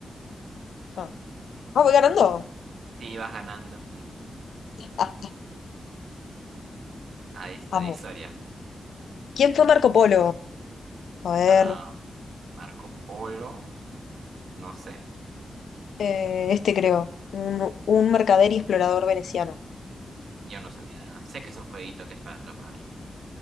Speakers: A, on the left; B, on the right.
A: Ah, Ah, voy ganando.
B: Sí, vas ganando.
A: <laughs>
B: Ahí está,
A: Amo.
B: de historia.
A: ¿Quién fue Marco Polo? A ver,
B: Ah, Marco Polo, no sé.
A: eh, este creo. Un, un mercader y explorador veneciano.
B: Yo no sabía nada. Sé que es un jueguito que es para atrapar.